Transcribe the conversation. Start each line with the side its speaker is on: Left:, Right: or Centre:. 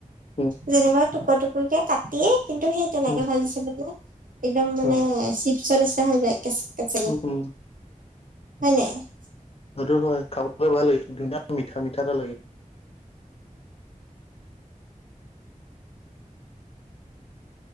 Left: উম
Right: যেনিবা, টুকুৰা টুকুৰকে কাটিয়েই কিন্তু, সেই তেনেকে
Left: উম
Right: ভাজিছিলোঁ যে একদম মানে,
Left: অ
Right: চিপচ নিছিনা হৈ যায়। কে-কেচঠ
Left: উম উম
Right: হয় নাই <unintelligible>
Left: সেইটো হয়, খাবলৈ ভাল লাগে ধুনীয়া মিঠা, মিঠা এটা লাগে।